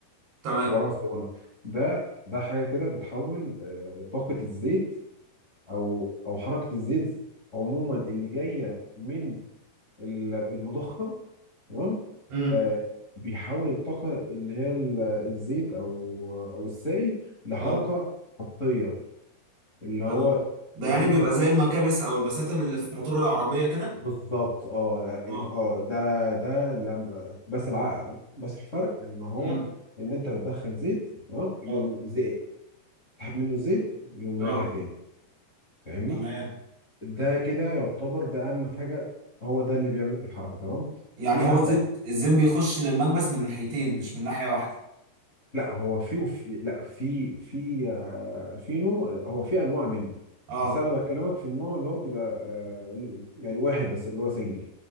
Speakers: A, on the right; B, on the left.
A: تمام
B: عباره عن اسطوانه ده ده حاجه كده بتحول آه، طاقه الزيت او او حركه الزيت عموما اللي جايه من ال- المضخه تمام
A: امم
B: آه، بيحول الطاقه اللي هي ال- الزيت او او السائل لحركه
A: اه
B: خطيه اللي هو
A: تمام ده
B: الزيت
A: يعني بيبقى
B: بي-
A: زي المكابس او البساتم اللي في موتور العربيه كده
B: بالظبط اه اه
A: اه
B: آه، ده ده لما بس العقل بس الفرق ان هو
A: امم
B: ان انت بتدخل زيت تمام يقوم
A: اه
B: زي- تسحب منه الزيت يقوم
A: اه
B: راجع تاني فاهمني
A: تمام
B: ده كده يعتبر ده اهم حاجه هو ده اللي بيعمل الحركه تمام
A: يعني
B: في
A: هو
B: عندك
A: الزيت الزيت بيخش للمكبس من ناحيتين مش من ناحيه واحده
B: لا هو في وفي لا في في آه، في نوع هو في انواع منه
A: اه
B: بس انا بكلمك في النوع اللي هو بيبقى آه، يعني واحد بس اللي هو سنجل